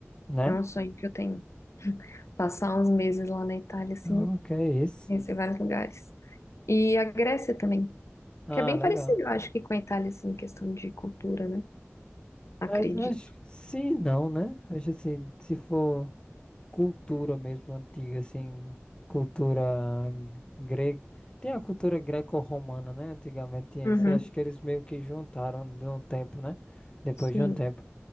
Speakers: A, on the left; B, on the left.
A: né?
B: É um sonho que eu tenho. Passar uns meses lá na Itália, assim,
A: O que é isso?
B: conhecer vários lugares. E a Grécia também,
A: Ah,
B: que é bem
A: legal.
B: parecido, eu acho que com a Itália, assim, em questão de cultura, né? Acredito.
A: Mas acho que sim, não, né? Acho assim, se for. cultura mesmo antiga, assim, cultura grega. Tem a cultura greco-romana, né? Antigamente tinha
B: Uhum.
A: isso. Eu Acho que eles meio que juntaram de um tempo, né? Depois
B: Sim,
A: de um tempo.